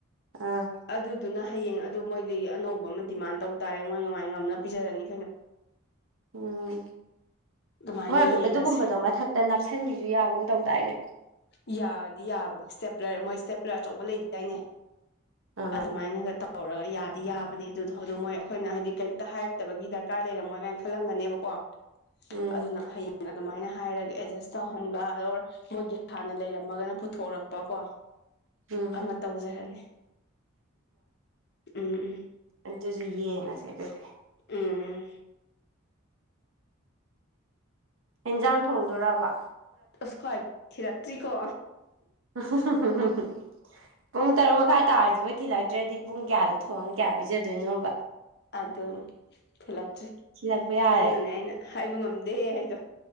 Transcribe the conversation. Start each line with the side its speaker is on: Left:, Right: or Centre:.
Right: ꯑꯥ
Left: ꯑꯗꯨꯗꯨꯅ ꯍꯌꯦꯡ ꯑꯗꯨ ꯃꯣꯏꯗꯤ ꯑꯅꯧꯕ ꯑꯃ ꯗꯤꯃꯥꯟ ꯇꯧ ꯇꯥꯔꯦ ꯃꯣꯏ ꯉꯃꯥꯏ ꯉꯝꯅ ꯄꯤꯖꯔꯅꯤ ꯀꯩꯅꯣ
Right: ꯎꯝ
Left: ꯑꯗꯨꯃꯥꯏꯅ
Right: ꯃꯣꯏ
Left: ꯌꯦꯡꯉꯁꯦ
Right: ꯑꯗꯨꯒꯨꯝꯕꯗꯣ ꯃꯊꯛ ꯇꯥ ꯅꯞꯁꯤꯟꯕꯤꯁꯨ ꯌꯥꯒꯨꯝ ꯇꯧꯗꯥꯏꯅꯦ
Left: ꯌꯥꯗꯤ ꯌꯥꯕꯅꯤ ꯁꯇꯦ꯭ꯞꯂꯔ ꯃꯣꯏ ꯏꯁꯇꯦ꯭ꯞꯂꯔ ꯑꯆꯧꯕ ꯂꯩꯒꯤꯗꯥꯏꯅꯦ
Right: ꯑꯥ
Left: ꯑꯗꯨꯃꯥꯏꯅꯒꯥ ꯇꯧ ꯇꯧꯔꯒꯥ ꯌꯥꯗꯤ ꯌꯥꯕꯅꯦ ꯑꯗꯨꯗꯣ ꯑꯗꯨꯗꯣ ꯃꯣꯏ ꯑꯩꯈꯣꯏꯅ ꯍꯥꯏꯗꯤ ꯀꯩꯝꯇꯥ ꯍꯥꯏꯔꯛꯇꯥꯕꯒꯤ ꯗꯔꯀꯥꯔ ꯂꯩꯔꯝꯃꯣꯏ ꯀꯥꯏꯅ ꯈꯜꯂꯝꯒꯅꯦꯕꯀꯣ
Right: ꯎꯝ
Left: ꯑꯗꯨꯅ ꯍꯌꯦꯡ ꯑꯗꯨꯃꯥꯏꯅ ꯍꯥꯏꯔꯒꯥ ꯑꯦꯗꯖꯁ ꯇꯧꯍꯟꯕ ꯑꯣꯔ ꯃꯣꯏꯒꯤ ꯍꯥꯟꯅ ꯂꯩꯔꯝꯃꯒꯥꯅ ꯄꯨꯊꯣꯔꯛꯄ ꯀꯣ
Right: ꯎꯝ
Left: ꯑꯃ ꯇꯧꯖꯔꯅꯤ ꯎꯝ ꯎꯝ
Right: ꯑꯗꯨꯗꯤ ꯌꯦꯡꯉꯥꯁꯦ ꯑꯗꯨꯗꯤ
Left: ꯎꯝ
Right: ꯍꯦꯟꯖꯥꯡ ꯊꯣꯡꯗꯣꯔꯕꯣ
Left: ꯑꯁ ꯈ꯭ꯋꯥꯏ ꯊꯤꯔꯛꯇ꯭ꯔꯤꯀꯣ
Right: <unintelligible> ꯄꯨꯡ ꯇꯔꯨꯛ ꯃꯈꯥꯏ ꯇꯥꯔꯁꯤꯕꯣꯏ ꯊꯤꯜꯂꯛꯇ꯭ꯔꯗꯤ ꯄꯨꯡ ꯀꯌꯥꯗꯥ ꯊꯣꯡꯉꯒꯥ ꯀꯌꯥ ꯄꯤꯖꯗꯣꯏꯅꯣꯕ
Left: ꯑꯗꯨ ꯊꯤꯂꯛꯇ꯭ꯔꯤ
Right: ꯊꯤꯜꯂꯛꯄ ꯌꯥꯔꯦ
Left: ꯑꯗꯨꯅꯅꯦ ꯑꯩꯅ ꯍꯥꯏꯕ ꯉꯝꯗꯦ ꯍꯩꯗꯣ